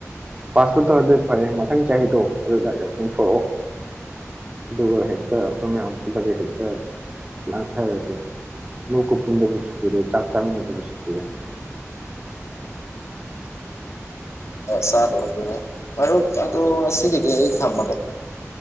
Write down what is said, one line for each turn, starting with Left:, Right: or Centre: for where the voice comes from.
Right: ꯄꯥꯁꯄꯣꯔꯠ ꯇꯧꯔ ꯑꯗꯨꯗꯤ ꯐꯔꯦ ꯃꯊꯪ ꯆꯍꯤꯗꯣ ꯑꯗꯨꯗ ꯌꯥꯎꯁꯪ ꯊꯣꯛꯛꯑꯣ ꯑꯗꯨꯒ ꯍꯦꯛꯇ ꯑꯩꯈꯣꯏ ꯃꯌꯥꯝ ꯄꯨꯜꯂꯒ ꯍꯦꯛꯇ ꯂꯥꯟꯊꯔꯁꯦ ꯂꯣꯛ ꯀꯨ ꯄꯨꯟꯗꯕꯁꯨ ꯀꯨꯏꯔꯦ ꯆꯥꯛ ꯆꯥꯃꯤꯟꯅꯗꯕꯁꯨ ꯀꯨꯏꯔꯦ
Left: ꯆꯥꯗꯕ ꯀꯨꯏꯔꯦ ꯃꯔꯨꯞ ꯑꯗꯨ ꯉꯁꯤꯒꯤꯗꯤ ꯑꯩ ꯊꯝꯃꯒꯦ